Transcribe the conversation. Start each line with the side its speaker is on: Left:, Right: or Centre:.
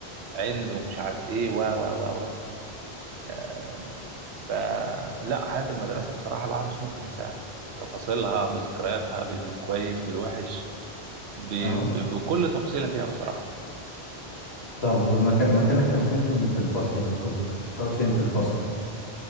Right: عنده مش عارف ايه و و و و آه، فلا حياه المدرسه بصراحه الواحد مش ممكن ينساها بتفاصيلها بذكرياتها بالكويس بالوحش ب...
Left: اه
Right: ب... بكل تفصيلة فيها بصراحة
Left: طب مكا... مكانك كان فين في الفصل يعني كنت كنت بتقعد فين في الفصل